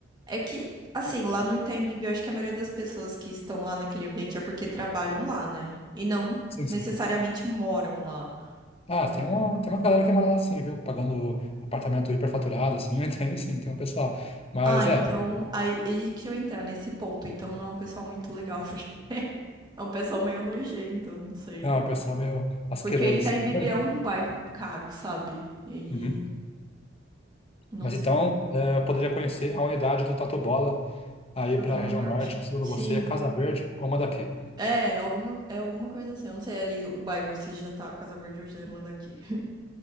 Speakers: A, on the right (about 20°); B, on the left (about 30°).
A: é que assim, lá no Itaim Bibi, eu acho que a maioria das pessoas que estão lá naquele ambiente é porque trabalham lá, né? E não
B: Sim, sim.
A: necessariamente moram lá.
B: Ah, tem uma, tem uma galera que mora lá sim, viu? Pagando apartamento hiperfaturado, assim, <laughs> tem sim, tem um pessoal. Mas
A: Ah, então
B: é,
A: aí, aí que eu entrar nesse ponto. Então não é um pessoal muito legal, <laughs> porque é um pessoal meio nojento, não sei.
B: não, o pessoal meio asqueroso,
A: Porque Itaimbibi
B: assim. Mas-
A: é um bairro caro, sabe? E aí,
B: Uhum.
A: não
B: Mas
A: sei.
B: então, eh, eu poderia conhecer a unidade do Tatu Bola aí
A: Da
B: para
A: Zona
B: a região
A: Norte.
B: norte, que segundo
A: Sim.
B: você é Casa Verde ou Mandaquê.
A: É, alguma, é alguma coisa assim. Eu não sei ali o bairro, se já tá Casa Verde ou já manda aqui. <laughs>